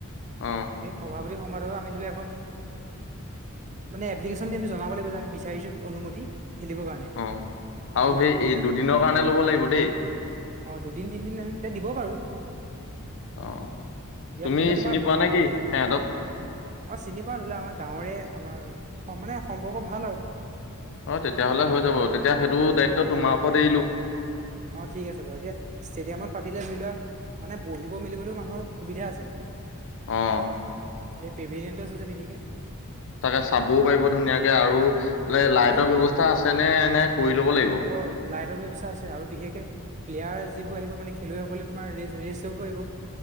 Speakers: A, on the left; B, on the right.
A: অ
B: এই সভাপতি সমাৰ আমি ধৰি লও এখন মানে এপ্লিকেশন আমি জনাব লাগ যে আমি বিচাৰিছো অনুমতি খেলিব কাৰণে।
A: অ আৰু
B: ফিল্ডখন
A: সেই
B: তেতিয়া
A: এই
B: তেওঁলোকে
A: দুদিনৰ কাৰণে ল'ব লাগিব দেই।
B: অ দুদিন তিনিদিন আমি তেতিয়া দিব বাৰো।
A: অ
B: ইয়াত
A: তুমি
B: ধৰি লও
A: চিনি পোৱা নে কি সিহঁতক?
B: মই চিনি পাওঁ ধৰিলেলে আমাৰ গাঁৱৰে আমাৰ মানে সম্পৰ্ক ভাল আৰু।
A: অ তেতিয়াহলে হৈ যাব তেতিয়া সেইটো দায়িত্ব তোমাৰ ওপৰত এৰিলো।
B: অঁ ঠিক আছে বাৰু এতিয়া ষ্টেডিয়ামত পাতিলে ধৰি লোৱা মানে বহিব মেলিবলৈও মানুহৰ সুবিধা আছে।
A: অ
B: এই প্ৰেভেৰিয়ে আছে যে বিশেষকে।
A: তাকে চাবও পাৰিব ধুনীয়াকে আৰু লাইটৰ
B: আৰু
A: ব্যৱস্থা আছে নে এনে কৰি ল'ব লাগিব?
B: অ লাইটৰ ব্যৱস্থা আছে আৰু বিশেষকে প্লেয়াৰ যিবোৰ আহিব মানে খেলুৱৈসকলে তোমাৰ ৰেষ্ট ৰেষ্ট ল'ব পাৰিব।